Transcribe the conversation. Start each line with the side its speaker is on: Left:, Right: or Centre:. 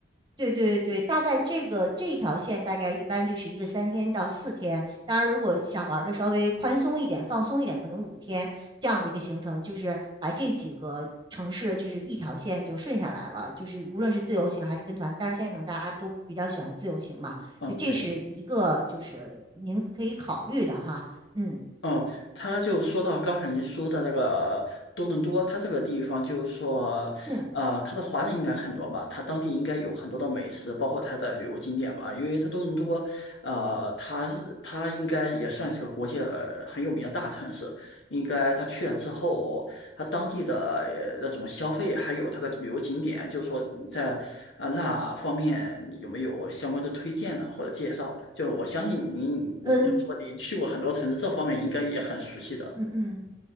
Right: 对对对，大概这个这一条线大概一般就是一个三天到四天，当然如果想玩的稍微宽松一点、放松一点，可能五天。这样的一个行程，就是把这几个城市就是一条线就顺下来了，就是无论是自由行还是跟团，但是现在可能大家都比较喜欢自由行嘛，
Left: 哦，
Right: 就这是一个就是您可以考虑的哈，
Left: 对。
Right: 嗯
Left: 哦，他就说到刚才您说的那个呃多伦多，它这个地方就是说，
Right: 嗯
Left: 呃，它的华人应该很多吧，它当地应该有很多的美食，包括它的旅游景点吧，因为它多伦多，呃，它是它应该也算是个国际呃很有名的大城市，应该他去了之后。它当地的呃那种消费，还有它的旅游景点，就是说你在啊那方面你有没有相关的推荐呢，或者介绍？就我相信您，你就说您去过很多城市，
Right: 嗯
Left: 这方面应该也很熟悉的。
Right: 嗯嗯。